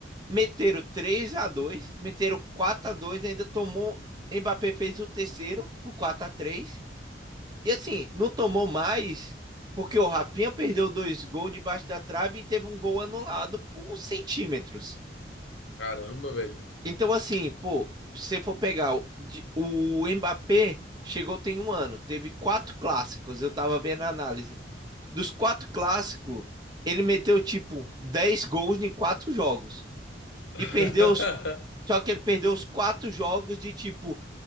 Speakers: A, on the right (about 20°); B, on the left (about 85°).
A: meteram 3 a 2, meteram 4 a 2, ainda tomou. Mbappé fez o terceiro por 4 a três E assim, não tomou mais, porque o Rapinha perdeu dois gols debaixo da trave e teve um gol anulado por centímetros.
B: Caramba, velho.
A: Então, assim, pô, se for pegar o, o Mbappé, chegou tem um ano, teve quatro clássicos, eu tava vendo a análise. Dos quatro clássicos, ele meteu tipo 10 gols em quatro jogos.
B: <laughs>
A: e perdeu os. Só que ele perdeu os quatro jogos de tipo